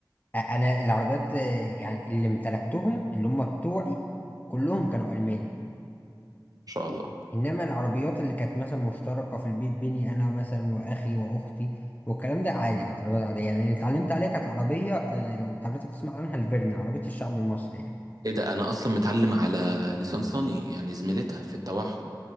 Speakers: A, on the left; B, on the right.
A: آه، انا العربيات آه، يعني اللي امتلكتهم اللي هم بتوعي كلهم كانوا الماني
B: شاء الله
A: انما العربيات اللي كانت مثلا مشتركه في البيت بيني انا مثلا واخي واختي والكلام ده عادي كانت عربيات عاديه يعني اللي اتعلمت عليها كانت عربيه آه، لو حضرتك تسمع عنها الفيرنا عربيه الشعب المصري يعني
B: إيه ده أنا أصلا متعلم على نيسان صني يعني زميلتها في التوحد